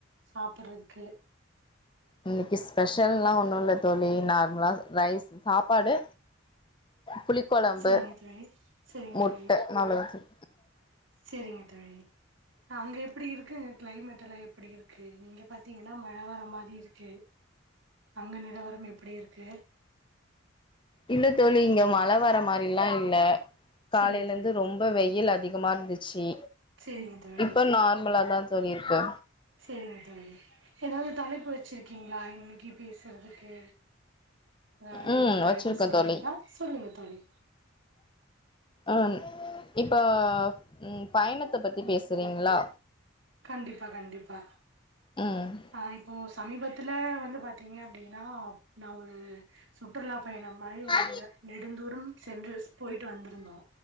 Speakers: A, on the right; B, on the left.
A: சாப்படறதுக்கு
B: இன்னைக்கு ஸ்பெஷல்லா ஒன்னு இல்ல தோழி நார்மலா ரைஸ் சாப்பாடு புளி கொழம்பு
A: செரிங்க தோழி செரிங்க
B: முட்ட
A: தோழி
B: ம்
A: செரிங்க தோழி அங்க எப்படி இருக்குங்க கிளைமேட்டலா எப்படி இருக்கு இங்க பாத்திங்கனா மழ வர மாரி இருக்கு அங்க நிலவரம் எப்படி இருக்கு
B: இல்ல தோழி இங்க மழ வர மாரிலா இல்ல காலைல
A: செரிங்க
B: இருந்து
A: தோழி
B: ரொம்ப வெயில் அதிகமாருந்துச்சு
A: செரிங்க தோழி
B: இப்ப நார்மலாதா தோழி இருக்கு
A: செரிங்க தோழி எதாது தலைப்பு வெச்சிருக்கிங்களா இன்னைக்கு பேசுறதுக்கு அதாது
B: ம்
A: எதாது
B: வச்சிருக்கே
A: ஐடா சொல்றிங்ளா
B: தோழி
A: சொல்லுங்க தோழி
B: ஆன் இப்ப ம் பயணத்தப் பத்தி பேசுறீங்களா
A: கண்டிப்பா கண்டிப்பா
B: ம்
A: ஆ இப்போ சமீபத் துல வந்து பாத்தீங்க அப்டின்னா நா ஒரு சுற்றுலா பயணம் மாரி ஒரு
B: ம்
A: ரெண்டு நெடுந்தூறம் சென்று போய்ட்டு வந்திருந்தோ